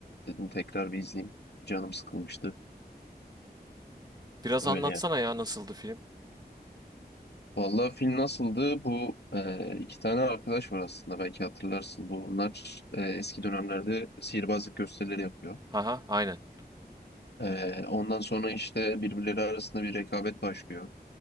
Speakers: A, on the left; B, on the right.
A: dedim tekrar bir izleyeyim. Canım sıkılmıştı.
B: Biraz
A: Öyle
B: anlatsana ya nasıldı film?
A: Vallahi film nasıldı? Bu e, iki tane arkadaş var aslında belki hatırlarsın. Bunlar e, eski dönemlerde sihirbazlık gösterileri yapıyor.
B: Haha, aynen.
A: E, ondan sonra işte birbirleri arasında bir rekabet başlıyor.